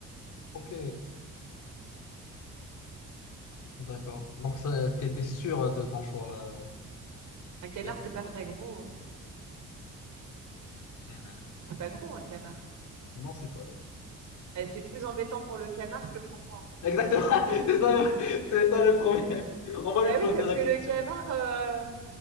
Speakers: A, on the left; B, on the right.
A: Ok, d'accord. Donc ça, t'étais sûr de ton choix. euh,
B: Un canard,
A: y a-
B: c'est pas très gros, hein.
A: Hmm.
B: C'est pas gros, un canard.
A: Non, c'est pas grave.
B: Eh, c'est plus embêtant pour le canard que pour...
A: Exactement, <laughs> c'est ça le, c'est ça le problème. On va
B: Ben
A: lui poser
B: oui, parce
A: la
B: que
A: question.
B: le canard, euh,